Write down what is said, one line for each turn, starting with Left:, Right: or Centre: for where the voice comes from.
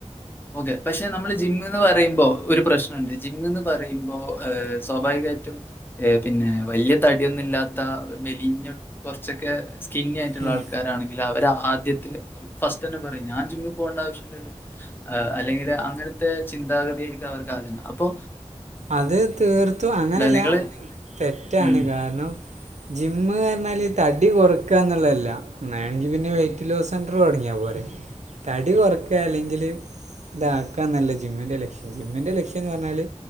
Left: ഓക്കെ പക്ഷേ നമ്മള് ജിമ്മ് എന്ന് പറയുമ്പോ ഒരു പ്രശ്നം- ണണ്ട് ജിമ്മ് പറയുമ്പോ ആഹ് സ്വാഭാവികമായിട്ടും- ഏ പിന്നെ വലിയ തടിയൊന്നുല്ലാത്ത മെലിഞ്ഞ കൊറച്ചൊക്കെ- കിന്നി ആയിട്ടുള്ള
Right: ഉം.
Left: ആൾക്കാരാണെങ്കിൽ അവരാദ്യത്തില് ഫസ്റ്റന്നെ പറയും ഞാൻ ജിമ്മി പോണ്ടാവിശ്യല്ലല്ലോ. ആ അല്ലെങ്കില് അങ്ങനത്തെ ചിന്താഗതിയായിരിക്കും അവർക്ക് ആദ്യണ്ടാവാ അപ്പോ
Right: അത് തീർത്തും അങ്ങനെല്ല
Left: നിങ്ങള്
Right: തെറ്റാണ്
Left: ഉം.
Right: കാരണം ജിമ്മ് പർഞ്ഞാല് തടി കൊറക്കാ എന്നുള്ളല്ല അങ്ങനാണെങ്കി പിന്നെ വെയ്റ്റ് ലോസ് സെന്റർ തുടങ്ങിയാ പോരെ. തടികൊറക്കാ അല്ലെങ്കില് ഇതാക്കാന്നല്ല ജിമ്മിൻ്റെ ലക്ഷ്യം. ജിമ്മിൻ്റെ ലക്ഷ്യംന്ന് പർഞ്ഞാൽ